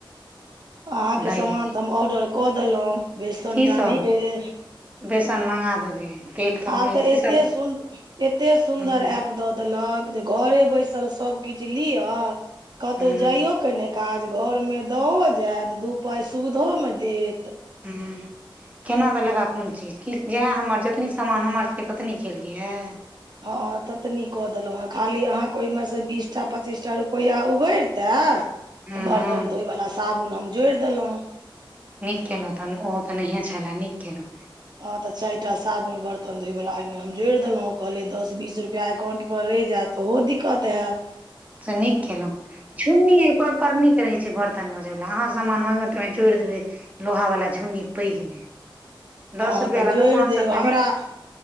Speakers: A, on the right; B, on the right.
A: अहाँके
B: दालि
A: समान तऽ हम ऑर्डर कऽ देलहुँ बेसन
B: की
A: टा
B: सब
A: नहि भेल।
B: बेसन मङ्गा देबै। तेल तमे
A: आब तऽ एते
B: की सब
A: सुन एते सुन्दर
B: हूँ
A: एप दऽ देलक जे घरे बैसल सब किछ लियअ कतौ
B: हूँ
A: जाइयो के नै काज घरमे दओ जायत दू पाइ सुुधो मे देत।
B: हूँ केना देलक आ कोन चीज कि जएह हमर जतनि समान हमर छल ततनि केलियैए।
A: हँ ततनी कऽ देलहुँ हेँ खाली अहाँके ओहिमे से बीस टा पच्चीसटा रुपैआ उगरिते तऽ
B: हूँ
A: बर्तन
B: हूँ
A: धोय बला साबुन हम जोड़ि देलहुँ।
B: नीक केलहुँ तहन ओहो तऽ नहिए छलए नीक केलहुँ।
A: ह तऽ चारि टा साबुन बर्तन धोय वला ओहिमें हम जोड़ि देलहुॅं कहलियै दस बीस रुपआ एकाउंट पर रहि जायत। तऽ ओहो दिक्कत हेएत।
B: से नीक खेलहुं झुन्नी ओकर नीक रहै छै बर्तन तन मजै बला अहाँ सामान मांगेबै त ओहि मे जोड़ि देबे लोहा वला झुन्नी पैघ में, दस
A: हँ
B: रुपआ
A: तऽ
B: बला
A: जोड़ि
B: दूकान
A: देब
B: सब मे
A: हमरा
B: नै,